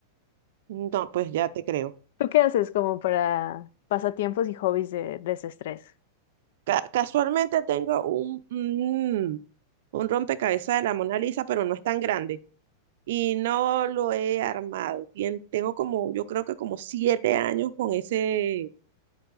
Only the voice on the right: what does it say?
No, pues ya te creo.
Ca- casualmente tengo un, mm, un rompecabezas de la Mona Lisa, pero no es tan grande. Y no lo he armado. Tien- tengo como, yo creo que como siete años con ese,